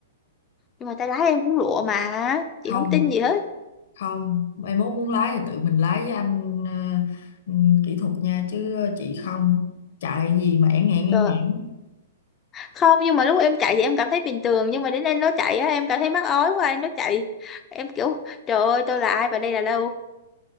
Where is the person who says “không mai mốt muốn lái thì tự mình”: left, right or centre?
Left